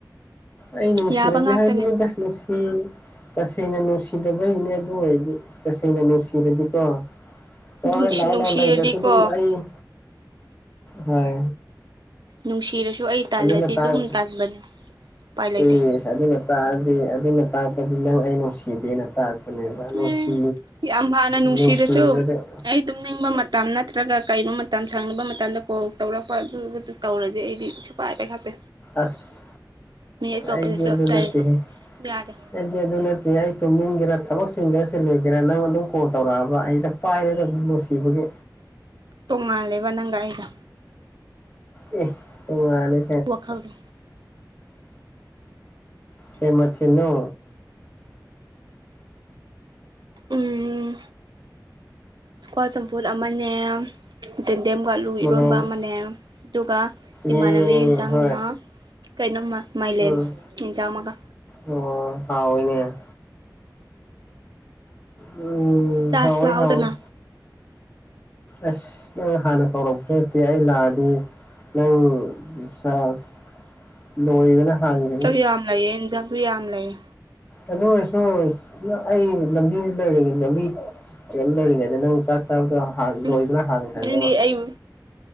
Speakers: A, on the left (about 20°); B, on the right (about 75°).
A: ꯑꯩ ꯅꯨꯡꯁꯤꯔꯗꯤ
B: ꯌꯥꯕ ꯉꯥꯛꯇꯅꯦ
A: ꯍꯥꯏꯕꯅꯤꯗ ꯅꯨꯡꯁꯤ ꯇꯁꯦꯡꯅ ꯅꯨꯡꯁꯤꯗꯕꯒꯤꯅꯦ ꯑꯗꯨ ꯑꯣꯏꯔꯗꯤ ꯇꯁꯦꯡꯅ ꯅꯨꯡꯁꯤꯔꯗꯤꯀꯣ ꯍꯣꯏ
B: ꯅꯨꯡꯁꯤ
A: ꯍꯣꯏ ꯂꯥꯛꯑꯣ
B: ꯅꯨꯡꯁꯤꯔꯗꯤꯀꯣ
A: ꯂꯥꯛꯑꯣ ꯂꯩꯇ꯭ꯔꯁꯨ ꯑꯗꯨꯝ ꯑꯩ ꯍꯣꯏ꯫
B: ꯅꯨꯡꯁꯤꯔꯁꯨ ꯑꯩ ꯇꯜꯂꯗꯤ
A: ꯑꯗꯨꯅ ꯇꯥꯡ
B: ꯑꯗꯨꯝ ꯇꯟꯕꯅꯦ ꯎꯄꯥꯏ ꯂꯩꯇꯦ꯫
A: ꯑꯦꯁ ꯑꯗꯨꯅ ꯇꯥꯛꯑꯗꯤ ꯑꯗꯨꯅ ꯇꯥꯛꯄꯗꯤ ꯅꯪ ꯑꯩ ꯅꯨꯡꯁꯤꯗꯦꯅ ꯇꯥꯛꯄꯅꯦꯕ ꯅꯨꯡꯁꯤ
B: ꯑꯦ ꯌꯥꯝ ꯍꯥꯟꯅ
A: ꯅꯨꯡꯁꯤꯕꯗ
B: ꯅꯨꯡꯁꯤꯔꯁꯨ ꯑꯩ ꯇꯨꯝꯅꯤꯡꯕ ꯃꯇꯝ ꯅꯠꯇ꯭ꯔꯒ ꯀꯩ <unintelligible> ꯃꯇꯝ ꯁꯪꯗꯕ ꯃꯇꯝꯗ ꯀꯣꯜ ꯇꯧꯔꯛꯄ ꯑꯗꯨ <unintelligible> ꯇꯧꯔꯗꯤ ꯑꯩꯗꯤ ꯁꯨꯛꯄꯥꯏ ꯄꯥꯏꯈꯠꯇꯦ꯫
A: ꯑꯁ
B: ꯃꯤ ꯑꯇꯣꯞꯄꯗꯁꯨ
A: ꯑꯩꯗꯤ ꯑꯗꯨ
B: ꯇꯧꯔꯁꯨ
A: ꯅꯠꯇꯦꯍꯦ꯫
B: ꯌꯥꯗꯦ
A: ꯑꯩꯗꯤ ꯑꯗꯨ ꯅꯠꯇꯦ ꯑꯩ ꯇꯨꯝꯅꯤꯡꯒꯦꯔꯥ ꯊꯕꯛ ꯆꯤꯟꯒꯦꯔ ꯆꯤꯜꯂꯣꯏꯒꯦꯔ ꯅꯪ ꯑꯗꯨꯝ ꯀꯣꯜ ꯇꯧꯔꯛꯑꯕ ꯑꯩꯗ ꯄꯥꯏꯔꯗꯕꯅꯦ ꯅꯨꯡꯁꯤꯕꯒꯤ꯫
B: ꯇꯣꯡꯉꯥꯜꯂꯦꯕ ꯅꯪꯒ ꯑꯩꯒ꯫
A: ꯑꯦ ꯇꯣꯡꯉꯥꯜꯂꯦ
B: ꯋꯥꯈꯜꯗꯣ꯫
A: ꯀꯩ ꯃꯊꯦꯜꯅꯣ꯫
B: ꯎꯝ ꯁꯀ꯭ꯋꯥꯁ ꯆꯝꯐꯨꯠ ꯑꯃꯅꯦ꯫ ꯖꯦꯟꯗꯦꯝꯒ ꯑꯂꯨꯒ
A: ꯃꯣꯔꯣꯛ
B: ꯏꯔꯣꯟꯕ ꯑꯃꯅꯦ ꯑꯗꯨꯒ ꯏꯃꯥꯟꯅꯕꯤꯒꯤ
A: ꯌꯦ
B: ꯍꯤꯟꯁꯥꯡꯗꯨꯅ
A: ꯍꯣꯏ
B: ꯀꯩꯅꯣꯝꯃ ꯃꯥꯏꯂꯦꯟ
A: ꯎꯝ
B: ꯌꯦꯟꯖꯥꯡ ꯑꯃꯒ꯫
A: ꯑꯣ ꯍꯥꯎꯋꯦꯅꯦ꯫ ꯎꯝ꯫
B: ꯆꯥꯁꯤ
A: ꯍꯥꯎꯋꯦ
B: ꯂꯥꯎꯗꯅ꯫
A: ꯍꯥꯎꯋꯦ ꯑꯁ ꯅꯪꯅ ꯍꯥꯟꯅ ꯀꯧꯔꯛꯄꯁꯨ ꯅꯠꯇꯦ ꯑꯩ ꯂꯥꯛꯑꯗꯤ ꯅꯪ ꯁꯥꯁ ꯂꯣꯏꯕꯅ ꯍꯥꯟꯒꯅꯤ
B: ꯆꯥꯛ ꯌꯥꯝ ꯂꯩꯌꯦ ꯌꯦꯟꯖꯥꯡꯁꯨ ꯌꯥꯝ ꯂꯩꯌꯦ꯫
A: ꯑꯗꯨ ꯑꯣꯏꯔꯁꯨ ꯅ ꯑꯩ ꯂꯝꯕꯤꯗ <unintelligible> ꯂꯝꯕꯤ <unintelligible> ꯅꯪ ꯆꯥꯛ ꯆꯥꯕꯗꯣ
B: ꯎꯝ
A: ꯂꯣꯏꯕꯅ ꯍꯥꯟꯈ꯭ꯔꯅꯦꯕ
B: ꯅꯪꯗꯤ ꯑꯩꯕꯨ